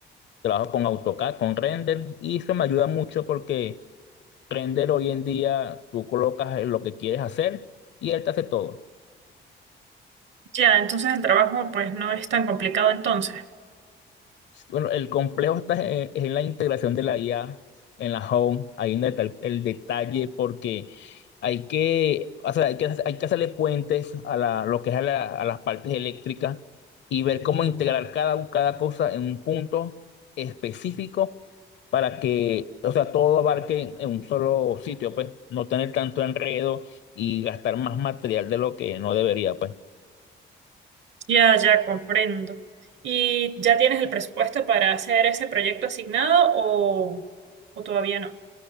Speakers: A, on the left (about 65°); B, on the right (about 70°).
A: trabajo con AutoCAD, con Render y eso me ayuda mucho porque Render hoy en día tú colocas lo que quieres hacer y él te hace todo.
B: Ya, entonces el trabajo pues no es tan complicado entonces.
A: Bueno, el complejo está en, en la integración de la IA en la home, ahí donde está el, el detalle, porque hay que, o sea, hay que, hay que hacerle puentes a la, lo que es a, la- a las partes eléctricas y ver cómo integrar cada, cada cosa en un punto específico para que, o sea, todo abarque en un solo sitio, pues, no tener tanto enredo y gastar más material de lo que no debería, pues.
B: Ya, ya comprendo. ¿Y ya tienes el presupuesto para hacer ese proyecto asignado o, o todavía no?